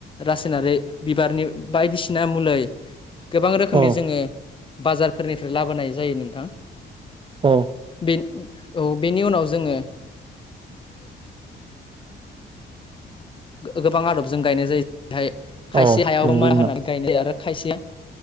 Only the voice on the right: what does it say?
औ
औ
औ
नंगौ
नोंथां